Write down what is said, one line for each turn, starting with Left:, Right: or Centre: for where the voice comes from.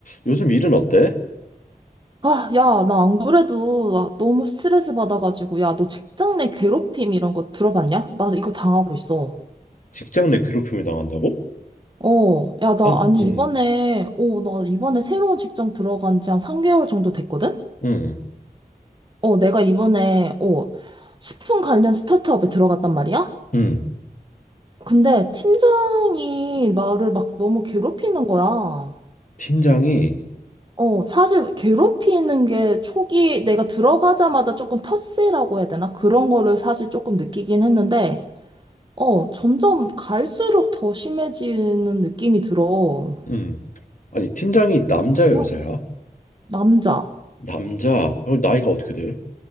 Left: 요즘 일은 어때?
Right: 아, 야, 나 안 그래도 나 너무 스트레스 받아가지고, 야, 너 직장 내 괴롭힘 이런 거 들어봤냐? 나 이거 당하고 있어.
Left: 직장 내 괴롭힘을 당한다고?
Right: 어, 야, 나,
Left: 아니,
Right: 아니,
Left: 응,
Right: 이번에, 어, 나 이번에 새로운 직장 들어간 지 한 3개월 정도 됐거든?
Left: 응,
Right: 어, 내가 이번에, 어, 식품 관련 스타트업에 들어갔단 말이야?
Left: 응.
Right: 근데 팀장이 나를 막 너무 괴롭히는 거야.
Left: 팀장이,
Right: 어, 사실 괴롭히는 게 초기 내가 들어가자마자 조금 터스라고 해야 되나? 그런 거를 사실 조금 느끼긴 했는데, 어, 점점 갈수록 더 심해지는 느낌이 들어.
Left: 응. 아니, 팀장이 남자야,
Right: 어,
Left: 여자야?
Right: 남자,
Left: 남자. 어, 나이가 어떻게 돼?